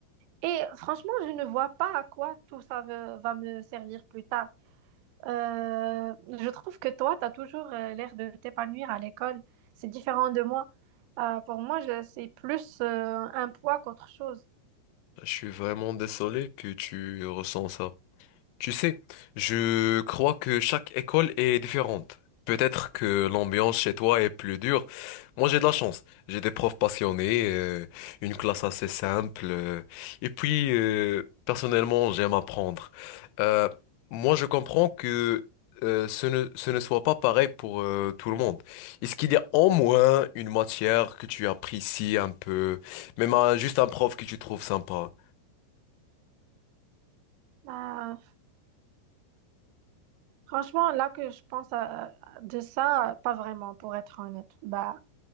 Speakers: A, on the right; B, on the left.
A: et franchement, je ne vois pas à quoi tout ça va va me servir plus tard. Euh, je trouve que toi, tu as toujours euh, l'air de t'épanouir à l'école. C'est différent de moi. Euh, pour moi, je- c'est plus euh, un poids qu'autre chose.
B: Je suis vraiment désolé que tu ressens ça. Tu sais, je crois que chaque école est différente. Peut-être que l'ambiance chez toi est plus dure. Moi, j'ai de la chance. J'ai des profs passionnés, euh, une classe assez simple. euh, et puis, euh, personnellement, j'aime apprendre. Euh, moi, je comprends que euh, ce ne, ce ne soit pas pareil pour euh, tout le monde. Est-ce qu'il y a au moins une matière que tu apprécies un peu, même un- juste un prof que tu trouves sympa?
A: Euh, franchement, là que je pense à- de ça, pas vraiment, pour être honnête. Bah,